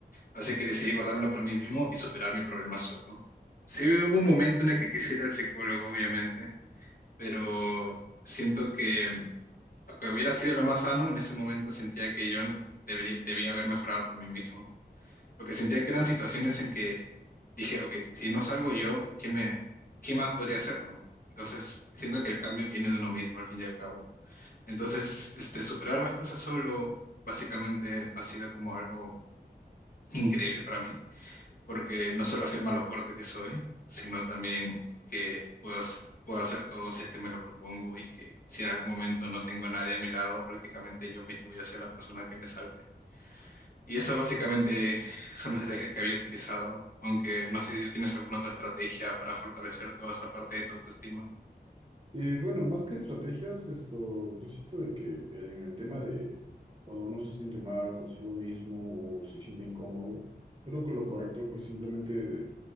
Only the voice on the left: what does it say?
así que decidí guardármelo para mí mismo y superar mi problema solo. Sí hubo un momento en el que quise ir al psicólogo, obviamente, pero siento que, aunque hubiera sido lo más sano, en ese momento sentía que yo no debería, debía haber mejorado por mí mismo, porque sentía que eran situaciones en que dije, ok, si no salgo yo, ¿quién me, quién más podría hacerlo? Entonces, siento que el cambio viene de uno mismo, al fin y al cabo. Entonces, este, superar las cosas solo, básicamente, ha sido como algo increíble para mí porque no solo afirma lo fuerte que soy, sino también que puedo, hac- puedo hacer todo si es que me lo propongo y que si en algún momento no tengo a nadie a mi lado, prácticamente yo mismo voy a ser la persona que me salve. Y esas básicamente son las estrategias que había utilizado, aunque no sé si tú tienes alguna otra estrategia para fortalecer toda esa parte de tu autoestima.